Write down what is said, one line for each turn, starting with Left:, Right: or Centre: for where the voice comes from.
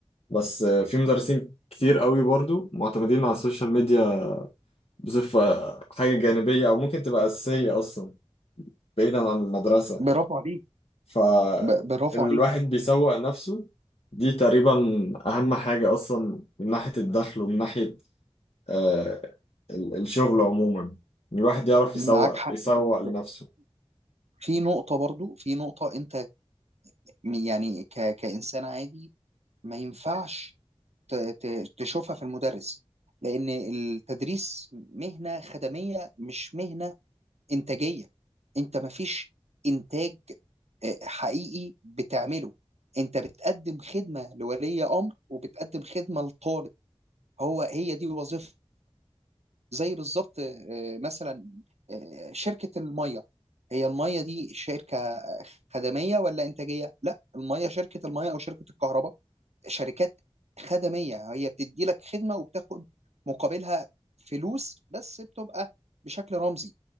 Left: بس في مدرسين كتير قوي برضو معتمدين على السوشيال ميديا بصفة حاجة جانبية أو ممكن تبقى أساسية أصلا بعيدا عن المدرسة
Right: برافو عليك
Left: فإن
Right: ب- برافو عليك
Left: الواحد بيسوق نفسه دي تقريبا أهم حاجة أصلا من ناحية الدخل ومن ناحية آه ال- الشغل عموما إن الواحد يعرف
Right: معاك
Left: يسوق
Right: حق
Left: يسوق
Right: بس
Left: لنفسه
Right: في نقطة برضو في نقطة أنت يعني ك... كإنسان عادي ما ينفعش ت... ت... تشوفها في المدرس لأن التدريس مهنة خدمية مش مهنة إنتاجية أنت ما فيش إنتاج آه، حقيقي بتعمله أنت بتقدم خدمة لولي أمر وبتقدم خدمة لطالب هو هي دي وظيفتك زي بالظبط آه، مثلا آه، شركة المية هي المية دي شركة خدمية ولا إنتاجية؟ لا المية شركة المية أو شركة الكهرباء شركات خدمية هي بتدي لك خدمة وبتاخد مقابلها فلوس بس بتبقى بشكل رمزي